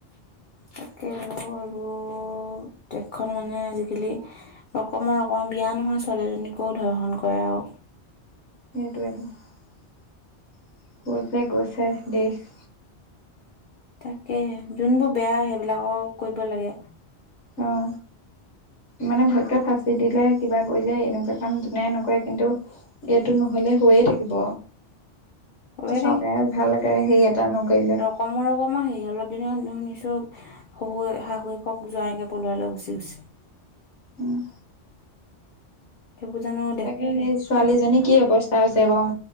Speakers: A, on the left (about 55°); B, on the left (about 80°).
A: তাকে এইবোৰ দেশখন মানে আজিকালি ৰকমৰ ৰকমৰ বিয়া নোহোৱা ছোৱালীজনীকোও ধৰ্শন কৰে আৰু
B: সেইটোৱেটো <unintelligible> পাই গৈছে দেশ
A: তাকে যোনবোৰ বেয়া সেইবিলাকক কৰিব লাগে।
B: অঁ। মানে ভালকৈ ফাঁচি দিলে কিবা কৰিলে এনেকুৱা কাম যোনাই নকৰে কিন্তু এইটো নহলে হৈয়ে থাকিব।
A: হৈয়ে
B: চৰকাৰে ভালকে সেই এটা নকৰিলে।
A: কমৰ কমৰ হেৰি অলপ দিনা নিছো। শুৱে শাহুৱেকক <unintelligible> পলুৱাই লৈ গচি গৈছে।
B: উম।
A: সেইবোৰজানো
B: তাকে সেই ছোৱালীজনী কি অৱস্থা আছে বাৰ